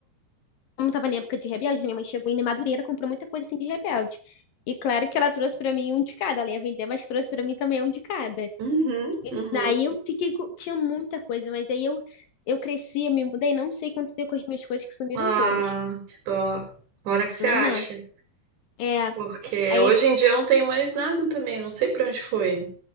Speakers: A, on the left; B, on the right.
A: como tava na época de Rebelde, minha mãe chegou em Madureira, comprou muita coisa assim de Rebelde. E claro que ela trouxe pra mim um de cada, ela ia vender, mas trouxe pra mim também um de cada.
B: Uhum,
A: E
B: uhum.
A: aí eu fiquei, com- tinha muita coisa, mas aí eu eu cresci, eu me mudei, não sei o que aconteceu com as minhas coisas que sumiram
B: Ah,
A: todas.
B: que dó. Agora que você
A: Aham.
B: acha.
A: É,
B: Porque
A: aí
B: hoje em dia eu não tenho mais nada também, não sei pra onde foi.